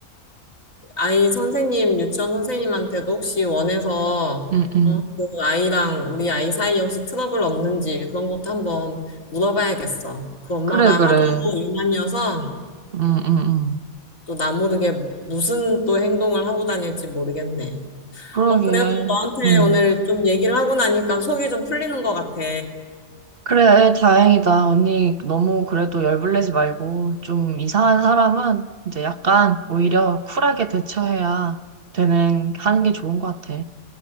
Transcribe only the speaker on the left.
아이 선생님, 유치원 선생님한테도 혹시 원해서,
어, 그 아이랑 우리 아이 사이에 혹시 트러블 없는지 그런 것도 한번 물어봐야겠어. 그 엄마가
하도 유난이어서
또 나 모르게 무슨 또 행동을 하고 다닐지 모르겠네.
어, 그래도 너한테
오늘 좀 얘기를 하고 나니까 속이 좀 풀리는 것 같아.